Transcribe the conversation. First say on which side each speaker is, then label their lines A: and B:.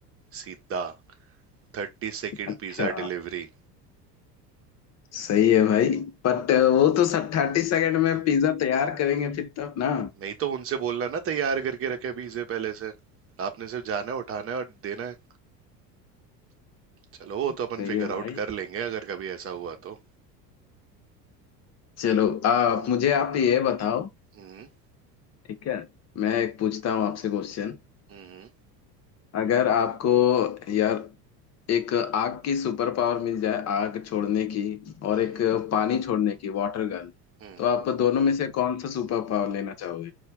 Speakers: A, on the right (about 25°); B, on the left (about 30°).
A: सीधा थर्टी सेकेंड
B: अच्छा
A: पिज्जा डिलीवरी
B: सही है भाई बट वो तो थर्टी सेकेंड में पिज्जा तैयार करेंगे फिर तब ना
A: नहीं तो उनसे बोलना ना तैयार करके रखे पिज्जे पहले से आपने सिर्फ जाना है उठाना है और देना है चलो वो
B: सही
A: तो अपन फिगर
B: है भाई
A: आउट कर लेंगे अगर कभी ऐसा हुआ तो
B: चलो आ, मुझे आप ये बताओ
A: हम्म
B: ठीक है मैं एक पूछता हूँ आपसे क्वेश्चन
A: हम्म
B: अगर आपको यार एक आग की सुपर पावर मिल जाए आग छोड़ने की और
A: हम्म
B: एक पानी छोड़ने की वाटर गन
A: हम्म
B: तो आप दोनों में से कौन सा सुपर पावर लेना चाहोगे